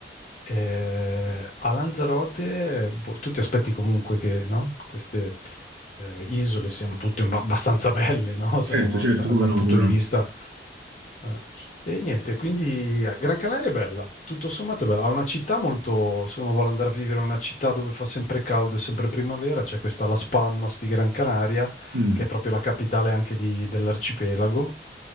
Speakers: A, on the left (about 40°); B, on the right (about 75°).
A: ehm, a Lanzarote, boh, tu ti aspetti comunque che, no, queste, ehm, isole siano tutte un abbastanza belle, no,
B: certo,
A: sono
B: certo,
A: da
B: come
A: un
B: no,
A: punto
B: come
A: di
B: no.
A: vista Ah. E niente, quindi eh, Gran Canaria è bella, tutto sommato è bella. Ha una città molto. Se uno vuole andare a vivere in una città dove fa sempre caldo e sempre primavera, c'è questa Las Palmas di Gran Canaria,
B: Mm,
A: che è proprio la capitale anche di- dell'arcipelago,